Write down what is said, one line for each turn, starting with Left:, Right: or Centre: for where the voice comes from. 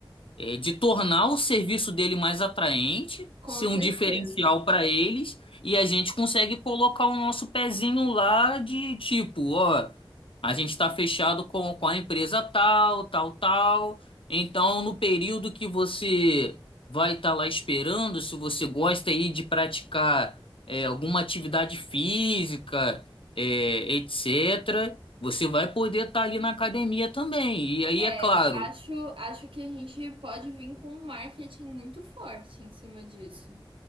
Left: é, de tornar o serviço dele mais atraente,
Right: com
Left: ser
Right: certeza.
Left: um diferencial para eles, e a gente consegue colocar o nosso pezinho lá de tipo, ó, a gente está fechado com, com a empresa tal, tal, tal. Então, no período que você vai estar lá esperando, se você gosta aí de praticar é, alguma atividade física, é, etc., você vai poder estar ali na academia também. E aí,
Right: É,
Left: é claro.
Right: eu acho, acho que a gente pode vir com um marketing muito forte em cima disso.